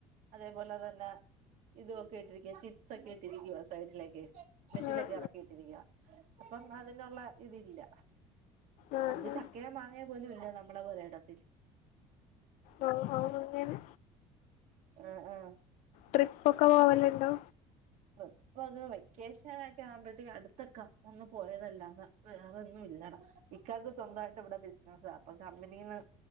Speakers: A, on the right; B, on the left.
A: അതേപോലെ തന്നെ ഇതൊക്കെ ഇട്ടിരിക്കുക ചിപ്സ് ഒക്കെ ഇട്ടിരിക്കുവ സൈഡിലേക്കെ മേറ്റിലൊക്കെ
B: ആഹ്
A: ഇറക്കി ഇട്ടിരിക്കുവ അപ്പം അതിനുള്ള തില്ല
B: ആഹ് ആഹ്
A: നമുക്ക്
B: ആഹ്
A: ചക്കയോ മാങ്ങയോ പോലും ഇല്ല നമ്മൾടെ പുരയിടത്തിൽ
B: ഓ ഓ അങ്ങനെ
A: ആ ആ
B: ട്രിപ്പോക്കെ പോവാല്ണ്ടോ
A: ഇപ്പൊെ വെക്കേഷന ഒക്കെ ആവുമ്പോഴത്തേക്ക അടുത്തക്കാ ഒന്ന പോയതല്ലാത വേറെൊന്നും ഇല്ലടാ ഇക്കാക്ക് സ്വന്തായിട്ട് ഇവിടെ ബിസിനസാ അപ്പൊ കമ്പനിന്ന്